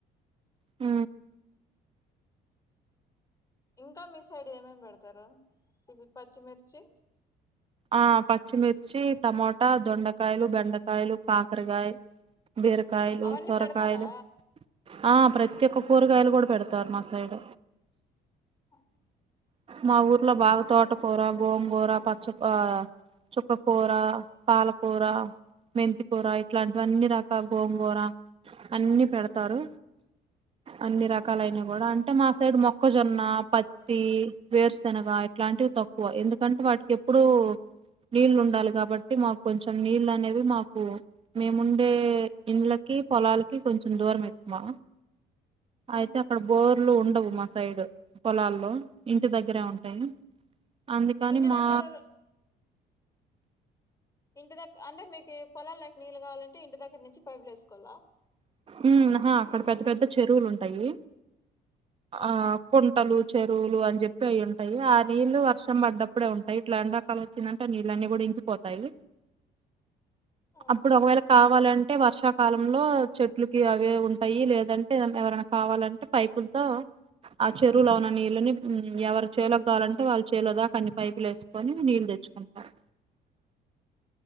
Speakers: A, on the right; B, on the left.
A: అ
B: ఇంకా మీ సైడ్ ఏమేమి పెడతారు ఇ పచ్చిమిర్చి
A: ఆ పచ్చిమిర్చి టమోటా దొండకాయలు బెండకాయలు కాకరకాయ బీరకాయలు
B: అవన్నీ
A: సొరకాయలు
B: పెడతారా
A: ఆ ప్రత్యేక పోరు కయలు కూడా పెడతారున్నా ఆ సైడ్
B: ఆ
A: మా ఊర్లో బాగా తోటకూర గోంగూర పచ్చ ఆ చుక్కకూర పాలకూర మెంతికూర ఇట్లాంటివి అన్ని రకాల గోంగూర అన్ని పెడతారు అన్ని రకాలయినా కూడా అంటే మా సైడ్ మొక్కజొన్న పత్తి వేరుశెనగ ఇట్లాంటివి తక్కువ ఎందుకంటే వాటికి ఇప్పుడు నీళ్ళు ఉండాలి కాబట్టి మాకు కొంచెం నీళ్ళ అనేవి మాకు మేముండే ఇండ్ళకి పొలాలకి కొంచెం దూరం ఎతుమా అయితే
B: ఆహా
A: అక్కడ బోర్లు ఉండవు మా సైడ్ పొలాల్లో ఇంటి దగ్గరే ఉంటాయి అందుకని
B: ఇంటి
A: మా
B: దగ్గర ఇంటి దగ్గర అంటే మీకు పొలాలు లేక నీళ్ళు కావాలంటే ఇంటి దగ్గర నుంచి పైపులు వేసుకోవాలా
A: ఉమ్ హా అక్కడ పెద్ద పెద్ద చెరువులు ఉంటాయి
B: ఆహా
A: ఆ కుంటలు చెరువులు అని చెప్పి అవి ఉంటాయి ఆ నీళ్ళలు వర్షం పడ్డప్పుడే ఉంటాయి ఇట్లా ఎన్ని రకాాల వచ్చిందంటే నీళ్ళన్నీ కూడా ఇంకిపోతాయి
B: ఆ
A: అప్పుడు ఒకవేళ కావాలంటే అంటే వర్షాకాలంలో చెట్లకి అవే ఉంటాయి లేదంటే ఎవరైనా కావాలంటే పైపులతో ఆ చెరువులో ఉన్న నీళ్ళని ఎవరి చేలోకి కావాలంటే వాళ్ళ చేల దాకా అన్ని పైపులు వేసుకొని నీళ్ళు తెచ్చుకుంటారు